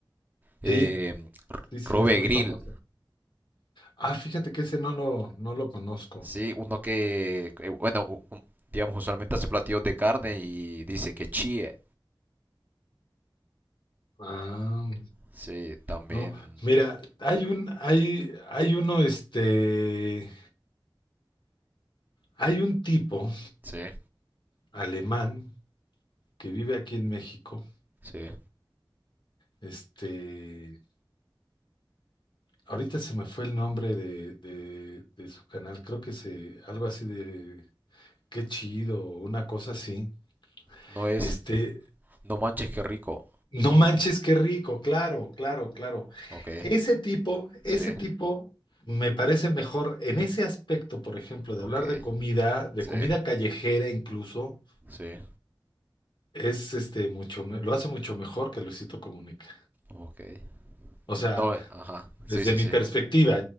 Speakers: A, on the right; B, on the left.
A: Eh,
B: sí, sí, sí,
A: Robe
B: es muy
A: Grill,
B: famoso. Ah, fíjate que ese no lo, no lo conozco.
A: Sí, uno que, que, bueno, u- u- digamos, usualmente hace platillos de carne y dice que chíe.
B: Ah,
A: Sí, también,
B: no. Mira, hay un, hay, hay uno, este, hay un tipo
A: sí,
B: alemán que vive aquí en México.
A: sí.
B: Este, ahorita se me fue el nombre de, de, de su canal, creo que se, algo así de Qué chido, una cosa así.
A: No es,
B: Este,
A: no manches, qué rico.
B: no manches, qué rico, claro, claro, claro.
A: Ok,
B: Ese tipo, ese
A: sí,
B: tipo me parece mejor en ese aspecto, por ejemplo, de
A: ok,
B: hablar de comida, de
A: sí,
B: comida callejera incluso,
A: sí,
B: es este mucho, me- lo hace mucho mejor que Luisito Comunica.
A: ok.
B: O sea,
A: No, eh, ajá, sí,
B: desde
A: sí,
B: mi
A: sí.
B: perspectiva,